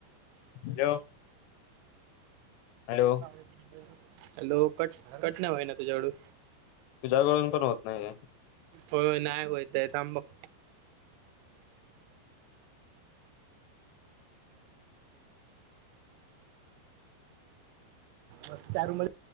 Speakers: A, on the left (about 80°); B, on the right (about 85°).
A: hello hello
B: <inaudible> hello cut cut ना होय ना तुझ्या कडून
A: तुझ्याकडून पण होत नाही आहे.
B: हो नाय होय ते थांब बघ मग त्या रूम मध्ये